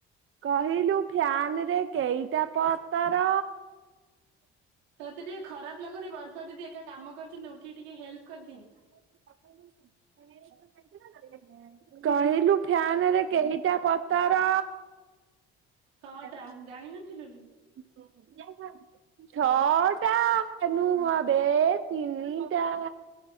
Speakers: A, on the right; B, on the right.
A: କହିଲୁ ଫ୍ୟାନ ରେ କେଇଟା ପତର?
B: ତୋତେ ଟିକେ ଖରାପ ଲାଗୁନି ବର୍ଷା ଦିଦି ଏକା କାମ କରୁଚନ୍ତି। ଉଠିକି ଟିକେ ହେଲ୍ପ କରିଦିଏ।
A: <inaudible> କହିଲୁ ଫ୍ୟାନରେ କେଇଟା ପ ତର।
B: ଛଅଟା
A: <inaudible>
B: ଜାଣିନଥିଲୁ କି
A: ଛଅଟା ନୁହଁ
B: ହଁ
A: ବେ ତିନିଟା।